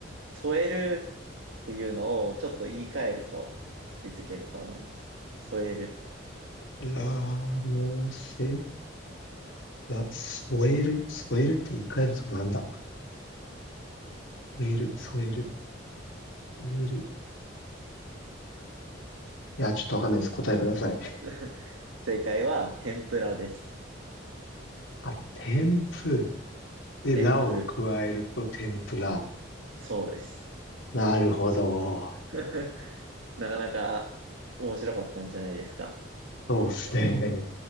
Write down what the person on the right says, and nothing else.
添えるっていうのをちょっと言い換えると気づけると思います。添える。
<laughs> 正解は天ぷらです。
天ぷ。
そうです。
<laughs> なかなか面白かったんじゃないですか。